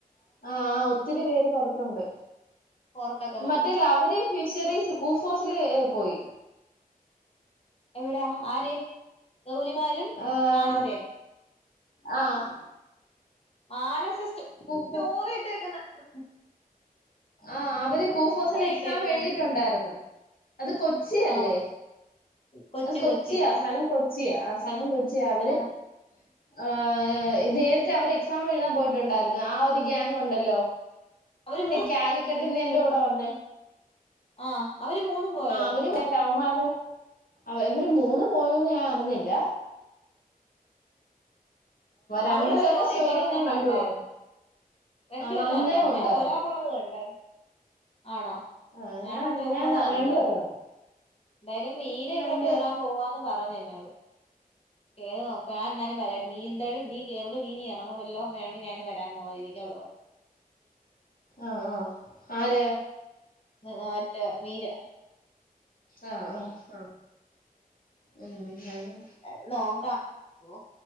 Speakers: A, on the left; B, on the left.
A: ആഹ് ഒത്തിരി പേര് പുറത്തുണ്ട്
B: പുറത്തൊക്കെ നോക്കും
A: മറ്റേ ലവര്. ഫിഷറീസ് കൂഫോസില് പോയി.
B: എവിടാ ആര്? ഗൗരിമാരും
A: ഏഹ്
B: മാനസയും
A: ആഹ്.
B: മാനസ സ്റ്റോ സ്റ്റോറി
A: കൂഫോ
B: ഇട്ടേക്കുന്നേ കണ്ടോ?
A: ആഹ് അവര് ഇത്തി കൂഫോസിൽ എക്സാം
B: ഇട്ടേക്കുന്നുണ്ട്
A: എഴുതിയിട്ടുണ്ടായിരുന്നു അത് കൊച്ചി
B: ആഹ്
A: അല്ലേ.
B: കൊച്ചി
A: അത് കൊച്ചിയാ
B: കൊച്ചി
A: സ്ഥലം കൊച്ചിയാ ആഹ് സ്ഥലം കൊച്ചിയാ അവര്.
B: ആഹ്
A: ആഹ് നേരത്തെ അവര് എക്സാം എഴുതാൻ പോയിട്ടുണ്ടായിരുന്നു ആഹ് ഒരു ഗ്യാങ് ഒണ്ടല്ലോ.
B: അവര് മൂ
A: കാലിക്കെട്ടീന്ന് എന്റെ കൂടെ വന്നേ.
B: ആഹ് അവര് മൂന്നും പോയോ
A: ആഹ് അവര് ലവന്മാര് അവര് മൂന്ന് പോയോന്ന് ഞാൻ അറിഞ്ഞില്ല. രണ്ടു
B: അവള്
A: പേരുടെ
B: സ്റ്റോറി ഇട്ടേക്കുന്നേ ഞാൻ
A: കണ്ടുള്ളൂ
B: കണ്ടാരുന്നു. രണ്ട്
A: ആ
B: പേര്ടെ
A: നന്ദയും
B: കണ്ടാർന്നു
A: ഉണ്ടായിരുന്നു
B: ഞാൻ ഒരാകുള്ളത് കണ്ടാരുന്നു. ആണോ
A: ആ
B: ഞാ
A: ഞാൻ
B: മറ്റൊക്കുള്ളതാ
A: ഞാൻ
B: കണ്ടത്.
A: രണ്ടുപേരും വന്നു.
B: ന്നേരം മീര ഇവിടെ
A: രണ്ടു
B: കേറാൻ
A: പേരും കണ്ടു രണ്ട്
B: പോവാന്ന് പറഞ്ഞെന്നോട്. കേറി നോക്കൻ ആ അന്നാലും വരാടി നീ എന്തായാലും വീ കേറുമ്പ നീ ഇനി എറങ്ങൂലല്ലോ അങ്ങനെയാണെങ്കി ഞാനും വരാന്നുള്ള രീതിക്ക് അവള്. പറഞ്ഞു
A: ആഹ് ആഹ് ആര്.
B: ത് മറ്റ മീര.
A: ആഹ് ആഹ് ആഹ്. ഉം ഉം ഞാന്.
B: അ നോക്കാം ഓ